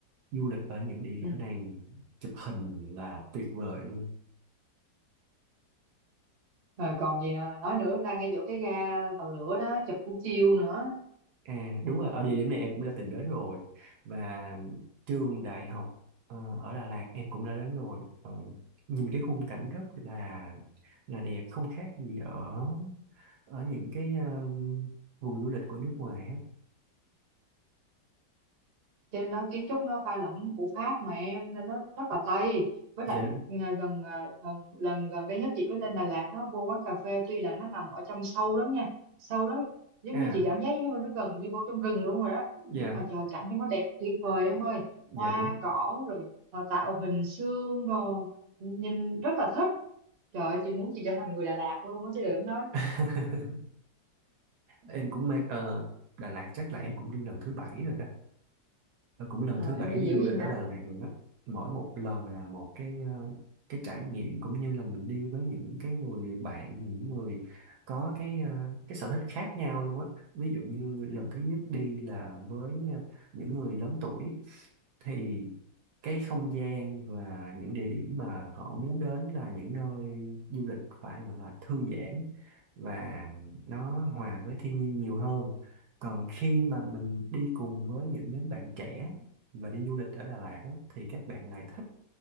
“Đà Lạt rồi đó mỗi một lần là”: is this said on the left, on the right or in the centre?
Right